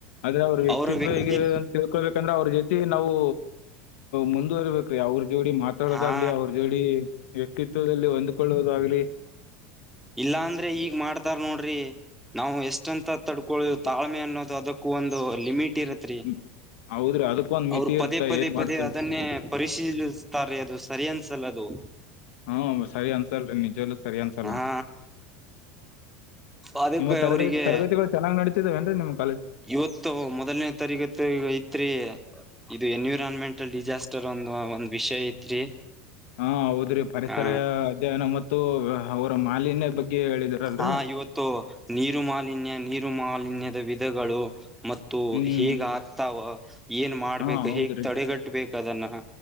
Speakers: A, on the left (about 75°); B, in the centre.
A: ಆದ್ರೆ ಅವ್ರ ವ್ಯಕ್ತ್ವ
B: ಅವರ ವ್ಯಕ್ತಿ
A: ಹಗ ಅಂತ ತಿಳ್ಕೊಬೇಕಂದ್ರೆ ಅವ್ರ ಜೊತೆ ಮತಿ ನಾವು ಮುಂದುವರಿಬೇಕ್ರೀ ಅವ್ರ ಜೋಡಿ ಮಾತಾಡೋದಾಗ್ಲಿ
B: ಹಾ
A: ಅವ್ರ ಜೋಡಿ ವ್ಯಕ್ತಿತ್ವದಲ್ಲಿ ಹೊಂದ್ಕೊಳ್ಳೋುದಾಗ್ಲಿ
B: ಇಲ್ಲಾ ಅಂದ್ರೆ ಈಗ್ ಮಾಡ್ತಾರ ನೋಡ್ರಿ ನಾವು ಎಷ್ಟಂತ ತಡ್ಕೊಳ್ಳ ತಾಳ್ಮೆ ಅನ್ನೋದು ಅದಕ್ಕೂ ಒಂದು ಲಿಮಿಟ್ ಇರತ್ರಿ
A: ಹ್ಮ್, ಹೌದ್ರಿ ಅದಕ್ಕೊಂದ್ ಮಿತಿ
B: ಅವರು
A: ಇರ್ತ
B: ಪದೇ ಪದೇ
A: ಏನ್ ಮಾಡ್ತೀರಿ
B: ಪದೇ ಅದನ್ನೇ ಪರಿಶೀಲಿಸ್ತಾರೀ ಅದು ಸರಿ ಅಂತ ಸಲದು
A: ಹ್ಮ ಸರಿ ಅನ್ಸಲ್ರಿ ನಿಜಲ್ಲ ಸರಿ ಅನ್ಸಲ್ಲ
B: ಹಾ ಅದಕ್ಕೆ
A: ನಿಮ್ಮ ತರಗತಿ
B: ಅವರಿಗೆ
A: ತರಗತಿಗಳು ಚೆನ್ನಾಗ್ ನಡತಿದಾವೇನ್ ನಿಮ್ಗೆ
B: ಇವತ್ತು ಮೊದಲನೇ ತಾರೀಕ ಐತ್ರಿ ಇದು ಎನ್ವಿರಾನ್ಮೆಂಟಲ್ ಡಿಸಾಸ್ಟರ್ ಒಂದ ಒಂದ್ ವಿಷಯ ಐತ್ರಿ
A: ಹಾ ಹೌದ್ರಿ ಪರಿಸರ
B: ಹ
A: ಅಧ್ಯಯನ ಮತ್ತು ಅವರ ಮಾಲಿನ್ಯ ಬಗ್ಗೆ ಹೇಳಿದಿರಲ್ರಿ
B: ಹಾ ಇವತ್ತು ನೀರು ಮಾಲಿನ್ಯ ನೀರು ಮಾಲಿನ್ಯದ ವಿಧಗಳು ಮತ್ತು
A: ಹ್ಮ್
B: ಹೇಗ್ ಆಗ್ತಾವ ಏನ್ ಮಾಡ್ಬೇಕ
A: ಹಾ ಹೌದ್ರಿ
B: ಹೇಗ್ ತಡೆಗಟ್ಬೇಕ ಅದನ್ನ